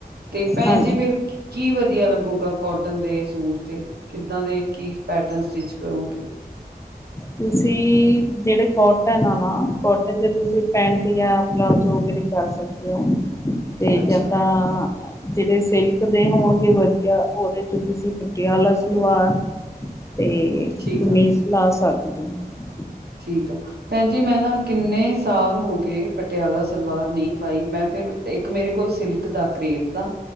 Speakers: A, on the right; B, on the left.
A: ਤੇ ਭੈਣ
B: ਹਾਂਜੀ
A: ਜੀ ਫਿਰ ਕੀ ਵਦੀਆ ਲੱਗੂਗਾ ਕੋਟਨ ਦੇ ਸੂਟ ਤੇ ਕਿੱਦਾਂ ਦੇ ਕੀ ਪੈਟਰਨ ਸਟਿਚ ਕਰੋਂਗੇ।
B: ਤੁਸੀਂ ਜੇੜੇ ਕੋਟਨ ਆ ਨਾ, ਕੋਟਨ ਚ ਤੁਸੀਂ ਪੈਂਟ ਯਾ ਪਲਾਜੋ ਵਗੈਰੇ ਕਰ ਸਕਦੇ ਓ ਤੇ
A: ਅੱਛਾ
B: ਯਾ ਤਾਂ ਜੇੜੇ ਸਿਲਕ ਦੇ ਹੋਣਗੇ ਵਦੀਆ ਉਹਦੇ ਚ ਤੁਸੀਂ ਪਟਿਆਲਾ ਸਲਵਾਰ
A: <inaudible>
B: ਤੇ
A: ਠੀਕ
B: ਤੁਮੀ
A: ਆ
B: ਸਿਲਾ ਸਕਦੇ ਓ।
A: ਠੀਕ ਆ, ਭੈਣ ਜੀ ਮੈਂ ਨਾ ਕਿੰਨੇ ਸਾਲ ਹੋ ਗਏ ਪਟਿਆਲਾ ਸਲਵਾਰ ਨਈ ਪਾਈ, ਮੈਂ ਫੇਰ ਇੱਕ ਮੇਰੇ ਕੋਲ ਸਿਲਕ ਦਾ, ਕਰੇਪ ਦਾ